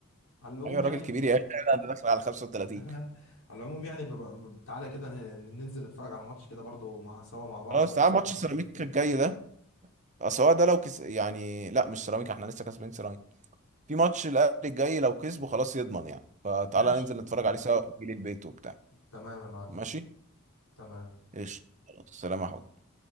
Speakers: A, on the left; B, on the right.
A: على العموم
B: ايوه الراجل
A: يعني
B: كبير
A: ب...
B: يا اخي لا ده داخل على 35
A: <laughs> على العموم يعني ببقى... تعالى كده ن- ننزل نتفرج على الماتش كده برضه مع سوا مع بعض
B: خلاص
A: ونشوف
B: تعال ماتش
A: الدنيا
B: سيراميكا الجاي ده سواء ده لو كس... يعني لا مش سيراميكا احنا لسه كسبين سيراميكا في ماتش الاهلي الجاي لو كسبه خلاص يضمن يعني فتعالى
A: ماشي
B: ننزل نتفرج عليه سوا ونجيلي البيت وبتاع
A: تمام يا معلم
B: ماشي
A: تمام
B: ايش خلاص سلام يا حبيبي